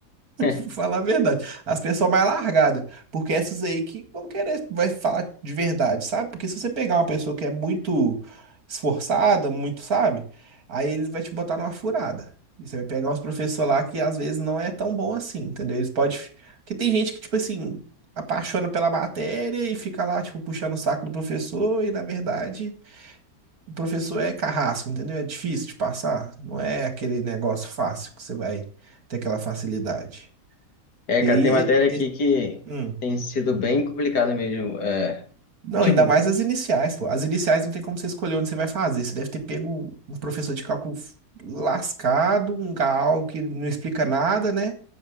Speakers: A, on the left (about 80°); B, on the right (about 65°).
A: <laughs>
B: <laughs> Vou Falar a verdade. As pessoas mais largadas. Porque essas aí que vão querer, vai falar de verdade, sabe? Porque se você pegar uma pessoa que é muito esforçada, muito, sabe? Aí eles vão te botar numa furada. E você vai pegar uns professores lá que às vezes não é tão bom assim, entendeu? Eles podem. Porque tem gente que, tipo assim, apaixona pela matéria e fica lá, tipo, puxando o saco do professor, e na verdade, o professor é carrasco, entendeu? É difícil de passar. Não é aquele negócio fácil que você vai ter aquela facilidade.
A: É,
B: E
A: cara,
B: aí,
A: tem matéria aqui
B: e- e-
A: que
B: hum.
A: tem sido bem complicada mesmo. É,
B: Não,
A: tipo,
B: ainda mais as iniciais, pô. As iniciais não tem como você escolher onde você vai fazer. Você deve ter pego um professor de cálculo f- lascado, um gal que não explica nada, né?